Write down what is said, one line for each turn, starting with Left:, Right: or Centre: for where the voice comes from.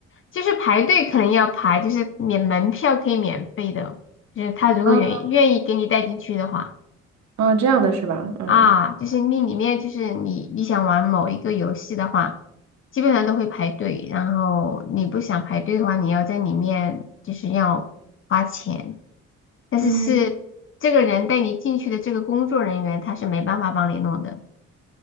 Left: 就是排队可能要排，就是免门票可以免费的，就是他如果愿愿意给你带进去的话，
Right: 啊啊，这样的是吧？嗯
Left: 啊，就是那里面就是你你想玩某一个游戏的话，基本上都会排队，然后你不想排队的话，你要在里面就是要花钱，但是是这个人带你进去的这个工作人员他是没办法帮你弄的。
Right: 嗯，